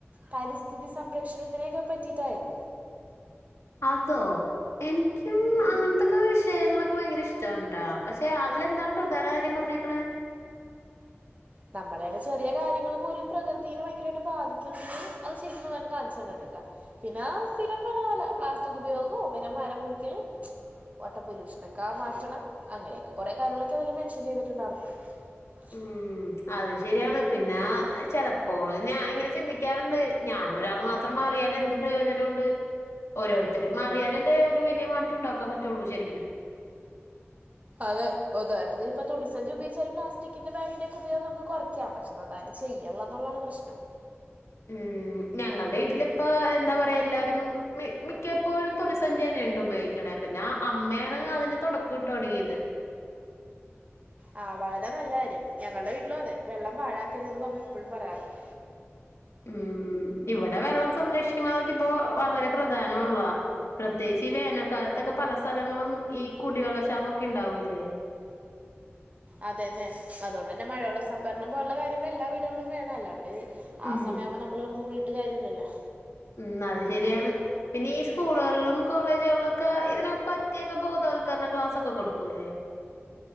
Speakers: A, on the right; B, on the left.
A: പരിസ്ഥിതി സംരക്ഷണത്തിനെക്കെ പറ്റിയിട്ടായിരുന്നു.
B: അതോ? എനിക്കും
A: ഉം
B: ഇക്ക് ആ വിഷയങ്ങളൊക്കെ ഭയങ്കര ഇഷ്ട്ടാണ് ട്ടോ. പക്ഷെ അതിലെന്താണ് പ്രധാനകാര്യം പറഞ്ഞേക്ക്ണെ?
A: നമ്മള് എവ്ടെ ചെറിയകാര്യങ്ങൾ പോലും പ്രകൃതിയിനെ ഭയങ്കരായിട്ട് ബാധിക്കുന്നു അത് ശരിക്കും നന്നായിട്ട് കാണിച്ചു തര്ൻണ്ട്ട്ടോ പിന്നെ സ്ഥിരം വരുവല്ല പ്ലാസ്റ്റിക് ഉപയോഗവും പിന്നെ മരം മുറിക്കലും. വാട്ടർ പൊല്യൂഷൊനക്കെ മാറ്റണം അങ്ങനെയക്കെ കൊറേ കാര്യങ്ങളൊക്കെ അതില് മെൻഷൻ ചെയ്തിട്ടുണ്ടായിരുന്നു <inaudible>
B: ഉം അത് ശരിയാണ് പിന്നെ ചെലപ്പോള് ഞാനിങ്ങനെ ചിന്തിക്കാറുണ്ട് ഞാനൊരാൾ മാ ത്രം മാറിയാല് എന്ത് പ്രയോജനമുണ്ട്? ഓരോരുത്തരും മാറിയാലല്ലേ ഒരു വലിയ മാറ്റം ഉണ്ടാക്കാൻ പറ്റുവൊള്ളൂ ശരിക്കിനും?
A: അതെ ഉദാഹരണത്തിന്പ്പം ഇനി തുണിസഞ്ചി ഉപയോഗിച്ചാലും പ്ലസ്റ്റിക്കിന്റെ ബാഗിന്റെക്കെ ഉപയോഗം നമുക്ക് കുറക്കാൻ പ പക്ഷെ അതാരും ചെയ്യ്ന്നില്ലതാണ് പ്രശ്നം
B: ഉം ഞങ്ങൾടെ വീട്ടിലിപ്പം എന്താ പറയാ എല്ലാരും മി മിക്കപ്പോഴും തുണിസഞ്ചി തന്നയേണ് ട്ടോ ഉപയോഗിക്ക ണെ പിന്നെ പിന്നേ അമ്മയാണ് അതിന് തൊടക്കം ഇട്ടു തൊടങ്ങിയത്.
A: ആഹ് വളരെ നല്ലകാര്യം ഞങ്ങളുടെ വീട്ടിലും അതെ വെള്ളം പാഴാക്കരുത് എന്ന് പപ്പ എപ്പഴും പറയാറുണ്ട്
B: ഉം ഇവടെ വെള്ളം സംരക്ഷിക്കുന്നതൊക്കെ ഇപ്പോ വളരെ പ്രധാനമാണാള്ളാ പ്രത്യേകിച്ച് ഈ വേനൽക്കാലത്തൊക്കെ പല സ്ഥലങ്ങളും ഈ കുടിവെള്ള ക്ഷാമൊക്കെ ഇണ്ടാവൂല്ലേ?
A: അത് തന്നെ അതുകൊണ്ട് തന്നെ മഴവെള്ള സംഭരണം പോലുള്ള കാര്യങ്ങൾ എല്ലാ വീടുകളിലും വേണോല്ലോ? അല്ലാണ്ട് ആ
B: ഉം
A: സമയാവുമ്പോ നമ്മള് കെടന്ന് ഓടിയിട്ട് കാര്യവില്ലല്ലോ?
B: ഉം അത് ശരിയാണ്. പിന്നെ ഈ സ്കൂളുകളിലും കോളേജുകളിലൊക്കെ ഇതിന് പറ്റിയൊക്കെ ബോധവൽക്കരണ ക്ലാസ്സൊക്കെ കൊടുക്കൂല്ലേ?